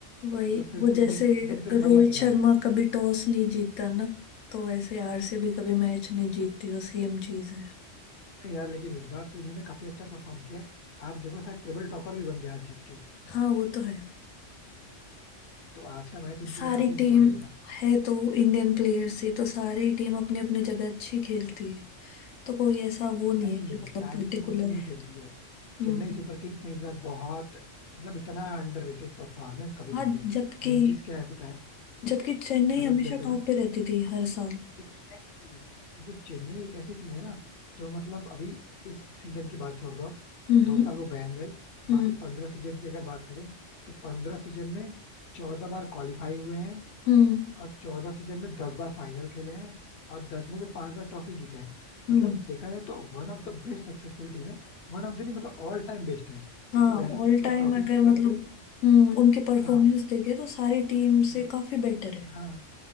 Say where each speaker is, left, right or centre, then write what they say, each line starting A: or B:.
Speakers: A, on the left; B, on the left.
A: वही
B: मतलब फिर
A: वो
B: तो
A: जैसे
B: एकदम से मन
A: रोहित
B: ही हट गया
A: शर्मा कभी टॉस नहीं जीतता ना तो वैसे आरसीबी कभी मैच नहीं जीतती वो सेम चीज है
B: नहीं यार लेकिन इस बार तो इन्होंने काफी अच्छा परफॉर्म किया है आप देखो शायद टेबल टॉपर भी बन गया आज जीत के
A: हाँ वो तो है
B: तो आज का मैच इनके
A: सारी
B: लिए काफी इंपॉर्टेंट
A: टीम
B: था
A: है तो इंडियन प्लेयर्स ही तो सारी टीम अपनी अपनी जगह अच्छी खेलती है तो कोई ऐसा वो नहीं
B: नहीं
A: है कि मतलब
B: सारी
A: पर्टिकुलर
B: टीम अच्छी नहीं खेलती है
A: हम्म
B: चेन्नई सुपर किंग्स ने इस बार बहुत मतलब इतना अंडररेटेड परफॉर्मेंस कभी
A: हाँ
B: नहीं दिया है
A: जबकि
B: मेन चीज क्या है पता है
A: जबकि चेन्नई
B: मतलब
A: हमेशा
B: जैसे ना
A: टॉप पे रहती थी हर साल
B: एग्जैक्टली क्योंकि चेन्नई एक ऐसी टीम है ना जो मतलब अभी इस सीजन की बात छोड़ दो आप
A: हम्म
B: दो साल वो बैन रहे
A: हम्म
B: बाकी पंद्रह सीजन की अगर बात करें तो पंद्रह सीजन में चौदह बार क्वालिफाई हुए हैं
A: हम्म
B: और चौदह सीजन में दस बार फाइनल खेले हैं और दस में से पांच बार ट्रॉफी जीते हैं
A: हम्म
B: मतलब देखा जाए तो one of the best successful team है वन ऑफ द नहीं मतलब ऑल टाइम बेस्ट है क्योंकि
A: हाँ
B: वैसे
A: ऑल
B: बट
A: टाइम
B: ट्रॉफीज
A: अगर
B: की बात
A: मतलब
B: करें तो
A: हम्म उनके परफॉर्मेंस
B: हाँ
A: देखे तो सारी टीम
B: लेकिन-
A: से काफी बेटर है
B: हाँ